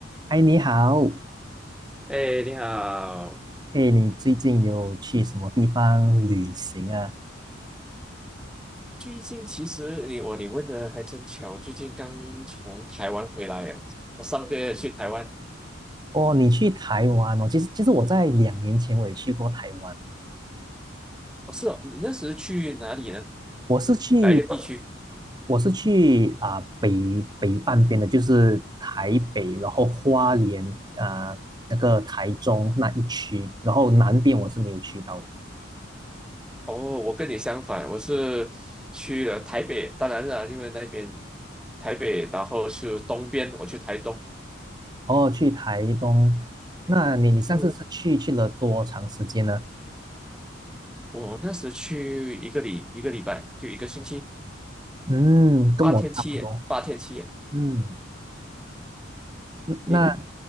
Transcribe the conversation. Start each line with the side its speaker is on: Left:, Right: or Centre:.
Right: 嗨，你好，
Centre: 哎，你好！
Right: 哎，你最近有去什么地方旅行啊？
Centre: 最近其实你我你问的还真巧，最近刚从台湾回来耶，我上个月去台湾。
Right: 哦，你去台湾哦，其实其实我在两年前我也去过台湾，
Centre: 哦，是哦，你那时去哪里呢？
Right: 我是去
Centre: 哪一个地区？
Right: 我是去啊、北北半边的，就是台北，然后花莲啊、那个台中那一区，然后南边我是没有去到的。
Centre: 哦，我跟你相反，我是去了台北，当然了，因为那边台北，然后是东边，我去台东。
Right: 哦，去台东，那你你上次是去去了多长时间呢？
Centre: 嗯，我那时去一个礼一个礼拜，就一个星期，
Right: 嗯，跟我差不多。
Centre: 八天七夜，八天七夜。
Right: 嗯。嗯那
Centre: 你呢？